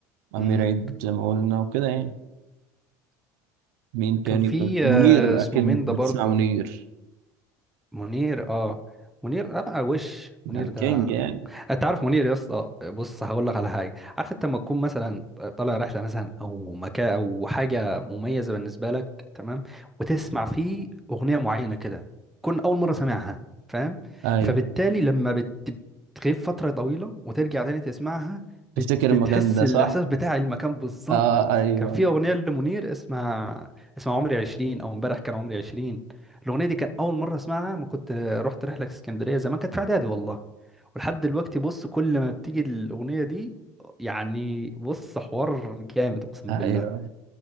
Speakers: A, on the right; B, in the centre.
A: أمير
B: امم
A: عيد زي ما قلنا وكده يعني مين تاني
B: كان في
A: في منير
B: آه، اسمه
A: أكيد
B: مين ده
A: بتسمع
B: برضه
A: منير
B: منير اه منير ابقى وش
A: ده
B: منير
A: الكينج
B: ده آه،
A: يعني
B: انت عارف منير يا اسطى بص هقول لك على حاجه عارف انت لما تكون مثلا طالع رحله مثلا او مكان او حاجه مميزه بالنسبه لك تمام وتسمع فيه اغنيه معينه كده تكون اول مره سامعها فاهم
A: أيوة
B: فبالتالي لما بت- بتغيب فتره طويله وترجع تاني تسمعها
A: تفتكر
B: بت...
A: المكان
B: بتحس
A: ده
B: الاحساس
A: صح؟
B: بتاع المكان بالظبط
A: اه ايوه
B: كان في اغنيه لمنير اسمها اسمها عمري 20 او امبارح كان عمري 20 الاغنيه دي كان اول مره اسمعها ما كنت رحت رحله اسكندريه زمان كانت في اعدادي والله ولحد دلوقتي بص كل ما بتيجي الاغنيه دي يعني بص حوار جامد اقسم
A: ايوه
B: بالله